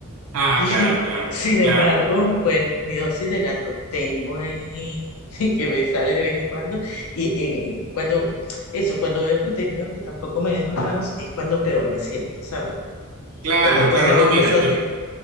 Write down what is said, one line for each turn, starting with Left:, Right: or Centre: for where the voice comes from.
Right: Ah,
Left: <laughs>
Right: claro, claro,
Left: Sin embargo,
Right: claro, claro.
Left: bueno, mi dosis de gato tengo ahí <laughs> que me sale de vez en cuando y en- eh, cuando eso, cuando veo contenidos que tampoco me dejan más, es cuando peor me siento, ¿sabes?
Right: Claro,
Left: Eh, Después
Right: claro.
Left: de haber
Right: No, mira,
Left: pasado
Right: yo,
Left: tiempo.